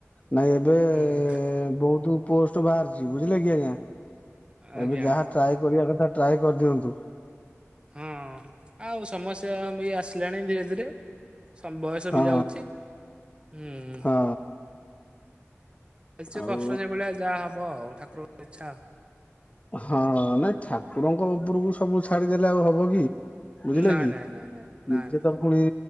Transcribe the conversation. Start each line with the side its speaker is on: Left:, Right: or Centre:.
Left: ନାଇଁ ଏବେ
Right: ହୁଁ
Left: ବହୁତୁ ପୋଷ୍ଟ ବାହାରିଛି ବୁଝିଲେ କି ଆଜ୍ଞା।
Right: ଆଜ୍ଞା
Left: ଏବେ ଯାହା ଟ୍ରାଏ କରିବା କଥା ଟ୍ରାଏ କରିଦିଅନ୍ତୁ।
Right: ହଁ ହଁ ଆଉ ସମସ୍ୟା ବି ଆସିଲାଣି ଧୀରେ ଧୀରେ। ବୟସ
Left: ହଁ
Right: ବି ଯାଉଛି ହୁଁ।
Left: ହଁ
Right: ବେସି
Left: ଆଉ
Right: କଷ୍ଟ ସେଭଳିଆ ଯାହା ହବ ଆଉ ଠାକୁର ଙ୍କ ଇଚ୍ଛା। ଆଉ
Left: ହଁ ନାଇଁ ଠାକୁରଙ୍କ ଉପରକୁ ସବୁ ଛାଡିଦେଲେ ଆଉ ହବ କି। ବୁଝିଲେ
Right: ନାଇଁ
Left: କି?
Right: ନାଇଁ ନାଇଁ ନାଇଁ ନାଇଁ
Left: ନିଜେ ତ ପୁଣି